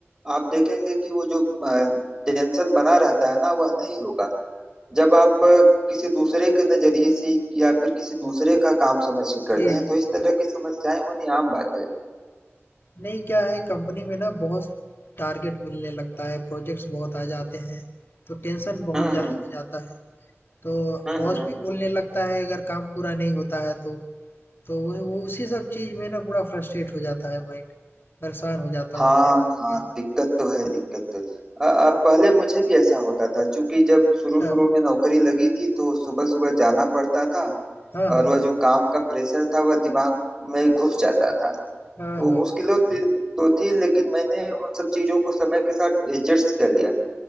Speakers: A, on the right; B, on the left.
A: आप देखेंगे कि वो जो टेंशन बना रहता है ना वह नहीं होगा जब आप अ, किसी दूसरे के नजरिए से या फिर किसी दूसरे का काम समझ के करते
B: जी
A: हैं
B: जी
A: तो इस तरह की समस्याएं होनी आम बात है
B: नहीं क्या है कंपनी में ना बहुत टारगेट मिलने लगता है प्रोजेक्ट्स बहुत आ जाते हैं तो टेंशन बहुत
A: हम्म
B: ज़्यादा
A: हम्म
B: हो जाता है तो
A: हम्म
B: बॉस
A: हम्म हम्म।
B: भी बोलने लगता है अगर काम पूरा नहीं होता है तो तो वो वो उसी सब चीज़ में ना पूरा फ्रस्ट्रेट हो जाता है माइंड परेशान हो जाता
A: हाँ
B: हूँ अपने लाइफ
A: हाँ
B: से
A: दिक्कत तो है दिक्कत तो है। अ, अ, पहले मुझे भी ऐसा होता था क्योंकि जब
B: अच्छा
A: शुरू शुरू में नौकरी लगी थी तो सुबह सुबह जाना पड़ता था
B: हाँ हाँ
A: और वह जो काम का प्रेशर था वह दिमाग में घुस जाता था
B: हाँ
A: तो
B: हाँ
A: मुश्किलों थी, तो थी लेकिन मैंने उन सब चीजों को समय के साथ एडजस्ट कर लिया